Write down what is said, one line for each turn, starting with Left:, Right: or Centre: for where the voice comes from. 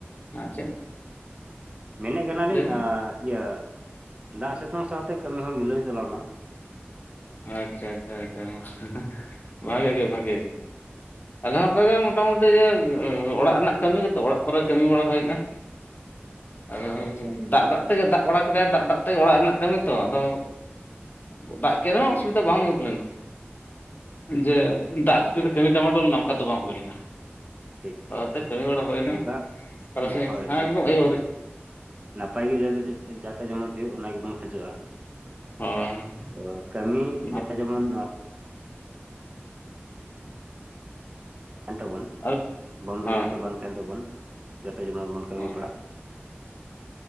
Left: ᱦᱮᱸ ᱪᱮᱫ?
Right: ᱢᱮᱱᱮᱫ ᱠᱟᱱᱟᱞᱤᱧ
Left: ᱞᱟᱹᱭ ᱵᱤᱱ
Right: ᱮᱸ ᱤᱭᱟᱹ, ᱫᱟᱜ ᱥᱤᱛᱩᱝ ᱥᱟᱶᱛᱮ ᱠᱟᱹᱢᱤ ᱦᱚᱸ ᱢᱤᱞᱟᱹᱣ ᱪᱟᱞᱟᱣᱱᱟ᱾
Left: ᱟᱪᱪᱷᱟ ᱟᱪᱪᱷᱟ ᱟᱪᱪᱷᱟ, <unintelligible> ᱵᱷᱟᱜᱮ ᱜᱮ ᱵᱷᱟᱜᱮ ᱜᱮ᱾ ᱟᱞᱮ ᱦᱚᱸ ᱚᱱᱠᱟ ᱜᱮ ᱢᱚᱴᱟᱢᱩᱴᱤ ᱡᱮ ᱩᱸ ᱚᱲᱟᱜ ᱨᱮᱱᱟᱜ ᱠᱟᱹᱢᱤ ᱜᱮᱛᱚ, ᱚᱲᱟᱜ ᱠᱚᱨᱮ ᱠᱟᱹᱢᱤ ᱵᱟᱲᱟ ᱦᱩᱭᱱᱟ᱾ ᱟᱫᱚ
Right: ᱟᱪᱪᱷᱟ
Left: ᱫᱟᱜ ᱫᱟᱜ ᱛᱮᱜᱮ ᱫᱟᱜ ᱵᱟᱲᱟ ᱠᱮᱫᱟᱭ ᱫᱟᱜ ᱫᱟᱜ ᱛᱮᱜᱮ ᱚᱲᱟᱜ ᱨᱮᱱᱟᱜ ᱠᱟᱹᱢᱤ ᱛᱚ, ᱟᱫᱚ ᱫᱟᱜ ᱠᱮ ᱨᱮᱦᱚᱸ ᱚᱥᱩᱵᱤᱫᱟ ᱵᱟᱝ <unintelligible> ᱞᱮᱱᱟ, ᱡᱮ
Right: ᱟᱪᱪᱷᱟ ᱴᱷᱤᱠ
Left: ᱫᱟᱜ ᱠᱷᱟᱹᱛᱤᱨ
Right: ᱜᱮᱭᱟ
Left: ᱛᱮ ᱠᱟᱹᱢᱤ ᱰᱟᱢᱟᱰᱳᱞ ᱱᱟ ᱠᱟ ᱫᱚ ᱵᱟᱝ ᱦᱩᱭ ᱞᱮᱱᱟ᱾
Right: ᱴᱷᱤᱠ ᱴᱷᱤᱠ
Left: ᱚᱱᱟᱛᱮ ᱠᱟᱹᱢᱤ ᱵᱟᱲᱟ ᱦᱩᱭᱱᱟ
Right: ᱚᱱᱠᱟ
Left: ᱛᱟᱨᱟᱥᱤᱧ
Right: ᱦᱳᱭ
Left: ᱮᱠᱫᱚᱢ ᱟᱹᱭᱩᱵ ᱫᱷᱟᱹᱨᱤᱡ᱾
Right: ᱱᱟᱯᱟᱭ ᱜᱮ ᱡᱟᱼᱡᱟᱼᱡᱟᱛᱮ ᱡᱮᱢᱚᱱ ᱦᱩᱭᱩᱜ ᱚᱱᱟ ᱜᱮᱵᱚᱱ ᱠᱷᱚᱡᱚᱜᱼᱟ᱾
Left: ᱦᱳᱭ
Right: ᱚ ᱠᱟᱹᱢᱤ
Left: ᱱᱟᱯ-
Right: ᱡᱟ ᱡᱮᱢᱚᱱ ᱟ <inaudible> ᱛᱟᱵᱚᱱ
Left: ᱟᱨ-
Right: ᱵᱚᱱᱫᱚ
Left: ᱦᱮᱸ
Right: ᱡᱟᱛᱮ ᱵᱟᱝ ᱛᱟᱦᱮᱱ ᱛᱟᱵᱚᱱ, ᱡᱟᱛᱮ ᱡᱮᱢᱚᱱ ᱵᱚᱱ ᱠᱟᱹᱢᱤ
Left: ᱦᱮᱸ
Right: ᱯᱟᱲᱟᱜ